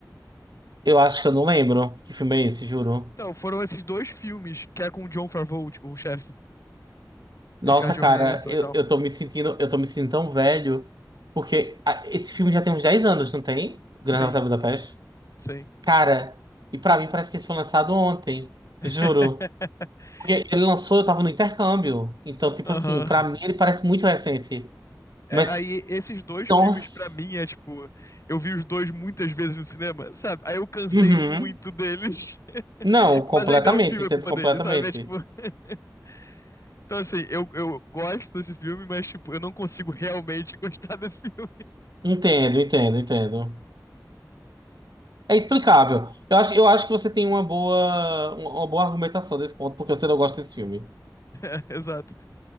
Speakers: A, on the right; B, on the left.
A: eu acho que eu não lembro que filme é esse, juro.
B: Então, foram esses dois filmes, que é com o John Favreau, tipo, o chefe,
A: Nossa,
B: Scarlett Johansson
A: cara, eu,
B: e tal.
A: eu tô me sentindo, eu tô me sentindo tão velho, porque ah, esse filme já tem uns 10 anos, não tem? Grande
B: Sim,
A: Hotel Budapeste.
B: sim.
A: Cara, e pra mim parece que esse foi lançado ontem,
B: <laughs>
A: juro. Porque ele lançou, eu tava no intercâmbio. Então, tipo
B: Aham.
A: assim, pra mim ele parece muito recente.
B: É,
A: Mas,
B: aí esses dois filmes
A: nossa.
B: pra mim é tipo, eu vi os dois muitas vezes no cinema, sabe? Aí eu cansei
A: Uhum.
B: muito deles. <laughs>
A: Não, completamente,
B: Mas ainda é o filme
A: entendo
B: a culpa
A: completamente.
B: deles, sabe? É tipo <laughs> Então, assim, eu, eu gosto desse filme, mas, tipo, eu não consigo realmente <laughs> gostar desse filme.
A: Entendo, entendo, entendo. É explicável. Eu acho, eu acho que você tem uma boa, uma boa argumentação desse ponto, porque você não gosta desse filme.
B: <laughs> É, exato.